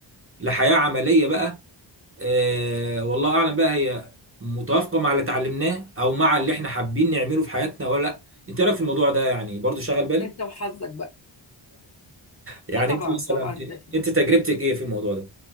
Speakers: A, on the right; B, on the left.
A: لحياة عملية بقى آه والله أعلم بقى هي متوافقة مع اللي اتعلمناه أو مع اللي إحنا حابين نعمله في حياتنا ولا لأ أنت رأيك في الموضوع ده يعني برضو شغل بالك
B: انت وحظك بقى
A: يعني
B: اه طبعا
A: أنت مثلا
B: طبعا اكيد
A: أنت تجربتك إيه في الموضوع ده